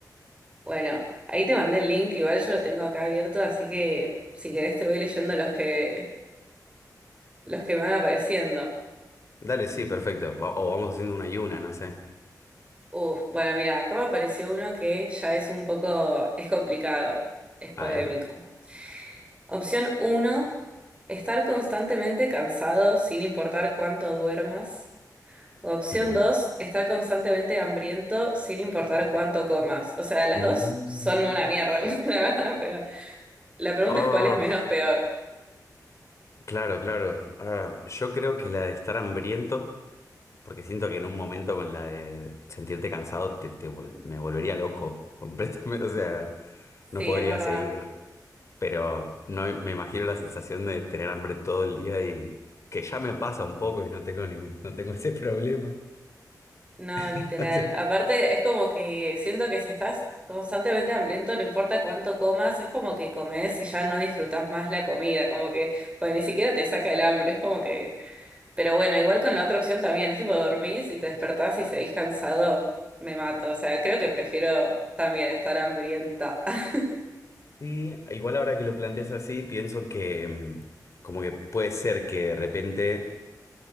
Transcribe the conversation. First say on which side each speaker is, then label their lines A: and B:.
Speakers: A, on the right; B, on the left.
A: Bueno, ahí te mandé el link, igual yo lo tengo acá abierto, así que si querés te voy leyendo los que los que me van apareciendo.
B: Dale, sí, perfecto. O, o vamos haciendo una y una, no sé.
A: Uf, bueno, mira, acá me apareció uno que ya es un poco, es complicado, es polémico.
B: A ver.
A: Opción uno: estar constantemente cansado sin importar cuánto duermas. Opción
B: Mm.
A: dos estar constantemente hambriento sin importar cuánto comas. O sea, las
B: Mm.
A: dos son una mierda, <laughs> la verdad, pero la pregunta
B: Oh,
A: es cuál es menos peor.
B: claro, claro. Ah, yo creo que la de estar hambriento, porque siento que en un momento con la de sentirte cansado te, te vol- me volvería loco completamente. <laughs> O sea, no
A: Sí,
B: podría
A: es verdad.
B: seguir. Pero no me imagino la sensación de tener hambre todo el día y que ya me pasa un poco y no tengo ningún, no tengo ese problema.
A: No,
B: <laughs>
A: literal.
B: Entonces,
A: Aparte, es como que siento que si estás constantemente hambriento, no importa cuánto comas, es como que comes y ya no disfrutas más la comida, como que pues, ni siquiera te saca el hambre, es como que Pero bueno, igual con la otra opción también, es tipo dormís y te despertás y seguís cansado, me mato. O sea, creo que prefiero también estar hambrienta. <laughs>
B: Sí, igual ahora que lo planteas así, pienso que mm, como que puede ser que de repente